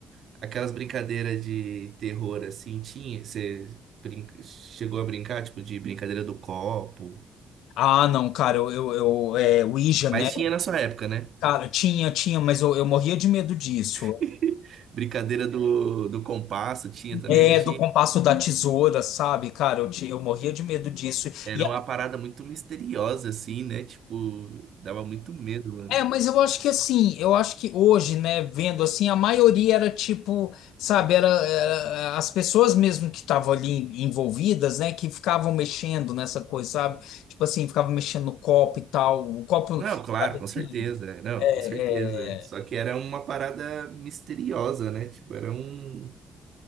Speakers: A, on the right; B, on the left.
A: aquelas brincadeiras de terror assim, tinha. Você brin... chegou a brincar, tipo, de brincadeira do copo.
B: Ah, não, cara, eu, eu, eu é, Ouija, né?
A: Mas tinha na sua época, né?
B: Cara, tinha, tinha, mas eu, eu morria de medo disso.
A: <laughs> Brincadeira do, do compasso, tinha também,
B: É,
A: não tinha?
B: do compasso da tesoura, sabe? Cara, eu, ti- eu morria de medo disso.
A: Era
B: E a-
A: uma parada muito misteriosa, assim, né? Tipo, dava muito medo, mano.
B: É, mas eu acho que assim, eu acho que hoje, né, vendo assim, a maioria era tipo, sabe, era, era as pessoas mesmo que estavam ali envolvidas, né, que ficavam mexendo nessa coisa, sabe? Tipo assim, ficavam mexendo no copo e tal, o copo,
A: Não, claro,
B: sabe
A: com
B: assim,
A: certeza. é, Não,
B: é,
A: com certeza.
B: é,
A: Só que era uma parada misteriosa, né? Tipo, era um,